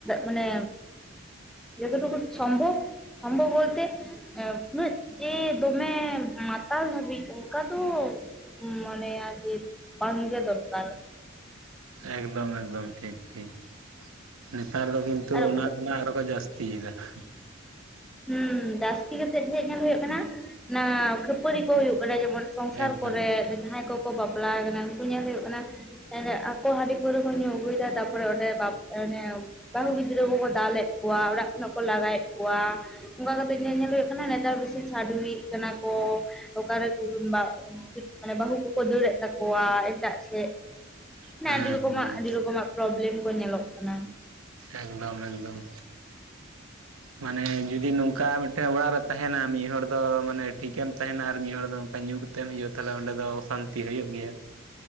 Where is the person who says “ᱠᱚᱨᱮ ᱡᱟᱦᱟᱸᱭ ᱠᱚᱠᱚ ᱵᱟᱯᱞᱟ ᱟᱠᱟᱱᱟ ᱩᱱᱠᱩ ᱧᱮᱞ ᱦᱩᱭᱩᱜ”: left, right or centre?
Centre